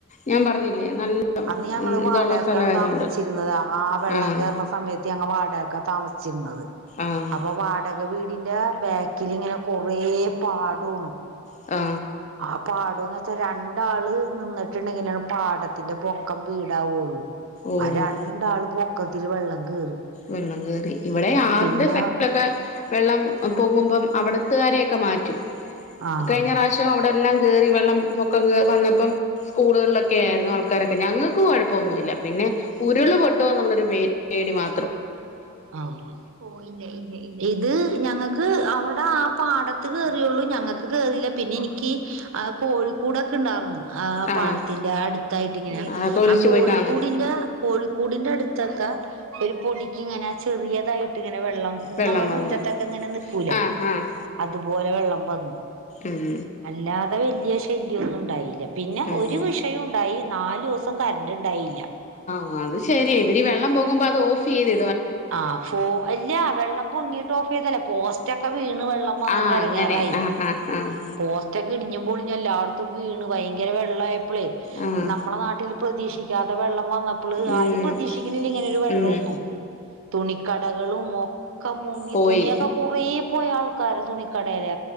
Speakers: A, on the left; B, on the right.
A: ഞാൻ പറഞ്ഞില്ലേ നല്ല
B: അന്ന് ഞങ്ങള് വാടകക്കാണ്
A: ഇതുള്ള സ്ഥലമായതുകൊണ്ട്
B: താമസിച്ചിരുന്നത് ആ വെള്ളം
A: ആഹ്
B: കേറുന്ന സമയത്ത് ഞങ്ങ് വാടക ക താമസിച്ചിരുന്നത്
A: ആഹ്
B: അപ്പൊ വാടക വീട് വീടിന്റെ ബാക്കിലിങ്ങനെ കൊറേ പാടോണ്
A: ആ
B: ആ പാടംന്ന് വെച്ചാ രണ്ടാള് നിന്നിട്ടുണ്ടെങ്കിലാ പാടത്തിന്റെ പൊക്കം വീടാവോള്ളു
A: ഓഹ്
B: ആ രണ്ടാള് പൊ ക്കത്തില് വെള്ളം കേറി
A: വെള്ളം കേറി ഇവടെ ആറിന്റെ
B: പിന്നെ
A: സൈഡിലൊക്കെ വെള്ളം പൊങ്ങുമ്പം അവിടത്തുകാരെയൊക്കെ മാറ്റും
B: ആഹ്
A: കഴിഞ്ഞ പ്രശ്യോം അവിടെ എല്ലാം കേ കേറി വെള്ളം പൊക്കം വന്നപ്പം സ്കൂളുകളിലൊക്കെ ആരുന്നു ആൾക്കാരൊക്കെ ഞങ്ങക്ക് കൊഴപ്പവോന്നുവില്ല പിന്നെ ഉരുള് പൊട്ടുവോ എന്നുള്ളൊരു പേ പേടി മാ
B: ആ ഓ ഇല്ല ഇല്ല ഇത് ഞങ്ങ ക്ക് അവടെ ആ പാടത്ത് കേറിയൊള്ളൂ ഞങ്ങക്ക് കേറില്ല പിന്നെ എനിക്ക് ആ കോഴിക്കൂടൊക്കെ ഒണ്ടാർന്ന് ആ
A: ആഹ്
B: പാടത്തിന്റെ അടുത്തായിട്ട് ഇങ്ങനെ
A: അതൊക്കെ ഒലിച്ചു
B: ആ കോഴിക്കൂടിന്റെ
A: പോയി കാണും
B: കോഴിക്കൂടിന്റെ അടുത്തൊക്കെ ഒരുപൊടി ഇങ്ങനെ ചെറിയതായിട്ട് ഇങ്ങനെ വെള്ളം
A: വെള്ളം
B: നമ്മളെ
A: വന്ന്
B: മുറ്റത്തൊക്കെ ഇങ്ങനെ നിക്കൂലേ
A: ആഹ് ആഹ്
B: അതുപോലെ വെള്ളം വന്നു
A: ഉം
B: അല്ലാതെ വ വലിയ ശല്യം ഒന്നുണ്ടായി പിന്നെ
A: ഉം
B: ഒരു വിഷയം ഉണ്ടായി നാല് ദെവസം കര ണ്ടായില്ല
A: ആ അത് ശരി ഇവിടീ വെള്ളം പോകുമ്പോ അത് ഓഫ് ചെയ്തി
B: ആ ഫോ അല്ല വെള്ളം പൊങ്ങിട്ട് ഓഫ് ചെയ്തേല്ല പോസ്റ്റൊക്കെ വീണ് വെള്ളം വന്നിട്ട്
A: ആഹ്
B: ഇടങ്ങേറായി
A: അങ്ങനെ ആഹ് ആഹ് ആഹ്
B: പോസ്റ്റ് ഒക്കെ ഇടിഞ്ഞും പൊളിഞ്ഞല്ലോ അടും തും വീണ് ഭയങ്കര വെള്ളായ് അപ്പളേ
A: ആഹ്
B: നമ്മളെ നാട്ടിൽ പ്രതീക്ഷിക്ക് ക്കാതെ വെള്ളം വന്നപ്പ്ള്
A: ഉം
B: ആരും പ്രതീക്ഷിക്ക്ണില്ല ഇങ്ങനെ ഒരു വെള്ളോന്നും
A: ഉം
B: തുണിക്കടകളുമോ ക്കമുങ്ങി
A: പോയി
B: തുണിയൊക്കെ കൊറേ പോയ ആൾക്കാര്ടെ തുണിക്കടേലെ